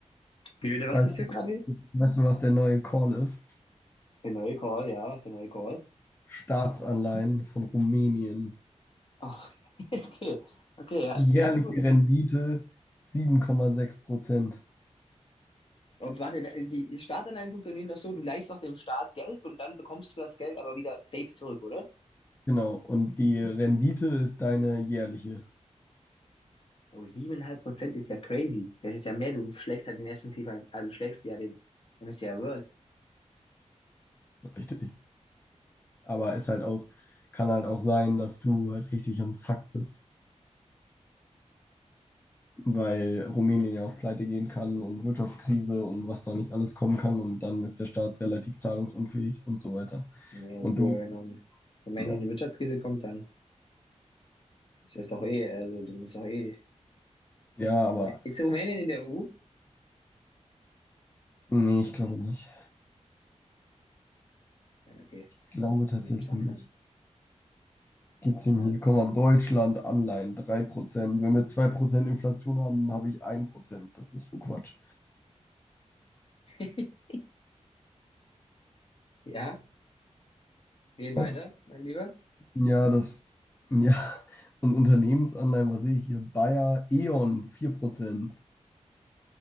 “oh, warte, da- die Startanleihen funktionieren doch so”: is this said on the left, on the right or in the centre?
Left